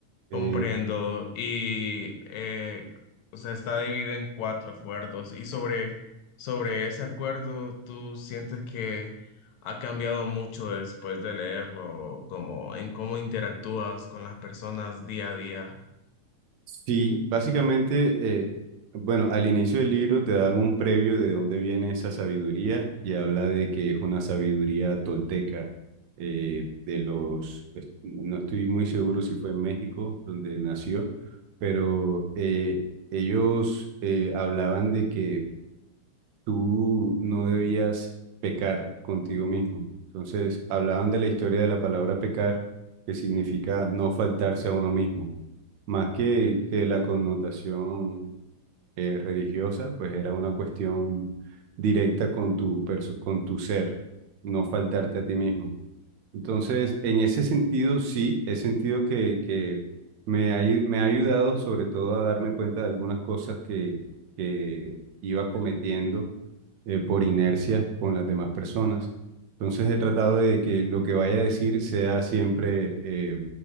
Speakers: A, on the right (about 70°); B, on the left (about 75°).
A: Eh,
B: Comprendo. Y eh, o sea, está dividido en cuatro acuerdos. Y sobre, sobre ese acuerdo, ¿tú sientes que ha cambiado mucho después de leerlo, como en cómo interactúas con las personas día a día?
A: Sí, básicamente, eh, bueno, al inicio del libro te dan un previo de dónde viene esa sabiduría y habla de que es una sabiduría tolteca eh, de los, es- no estoy muy seguro si fue en México donde nació, pero eh, ellos eh, hablaban de que tú no debías pecar contigo mismo. Entonces, hablaban de la historia de la palabra pecar, que significa no faltarse a uno mismo. Más que, que la connotación eh, religiosa, pues era una cuestión directa con tu, perso- con tu ser, no faltarte a ti mismo. Entonces, en ese sentido, sí, he sentido que, que me ha, ayu- me ha ayudado sobre todo a darme cuenta de algunas cosas que, que iba cometiendo eh, por inercia con las demás personas. Entonces he tratado de que lo que vaya a decir sea siempre eh,